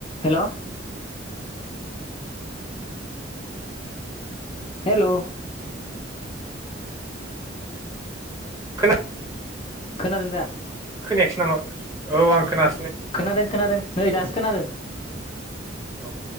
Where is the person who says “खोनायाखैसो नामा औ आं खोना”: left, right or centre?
Right